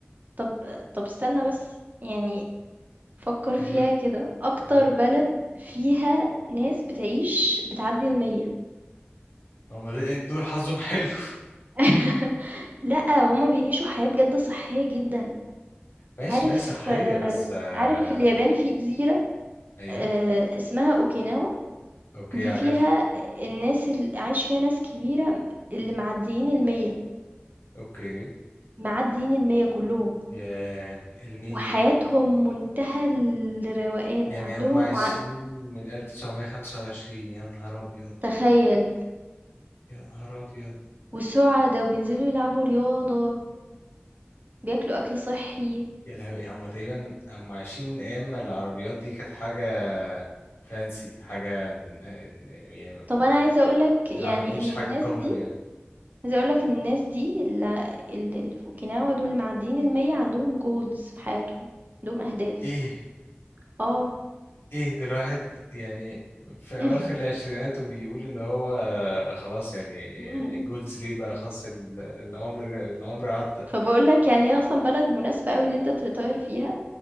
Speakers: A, on the right (about 45°); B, on the left (about 75°).
A: طب طب استنى بس، يعني فكر
B: أيوه
A: فيها كده اكتر
B: أيوه
A: بلد فيها ناس بتعيش بتعدي المية
B: هما د- دول حظهم حلو <laughs>
A: <laughs> لأ هما بيعيشوا حياة بجد صحية جدا
B: ماشي
A: عارف
B: ما هي صحية
A: آه،
B: بس آه،
A: عارف في اليابان في جزيرة
B: أيوه
A: آه، اسمها اوكيناوا
B: أوكي
A: دي
B: عرفت
A: فيها الناس اللي عايش فيها ناس كبيرة اللي معديين المية
B: أوكي
A: معديين المية كلهم
B: يا المية
A: وحياتهم منتهى الروقان
B: يعني
A: عندهم
B: هم عايشين
A: وع...
B: من 1925 يا نهار أبيض
A: تخيل
B: يا نهار أبيض
A: والسعدة وبينزلوا يلعبوا رياضة بياكلوا أكل صحي
B: يا لهوي هم تقريبا هم عايشين من أيام ما العربيات دي كانت حاجة فانسي حاجة ن- ن- يعني
A: طب
B: ما
A: أنا
B: فيش
A: عايزة أقول لك يعني
B: العربيات دي مش
A: إن
B: حاجة
A: الناس
B: كومن
A: دي
B: يعني
A: عايزة أقول لك إن الناس دي ال ال اللي في أوكيناوا دول اللي معديين المِيّة عندهم goals في حياتهم، عندهم أهداف.
B: إيه
A: آه.
B: إيه ده الواحد يعني في
A: <laughs>
B: أواخر العشرينات وبيقول إن هو خلاص يعني
A: إمم، إمم.
B: جولز ليه بقى خلاص ال- العمر العمر عدى
A: فباقول لك يعني هي أصلًا بلد مناسبة أوي إن أنت تretire فيها،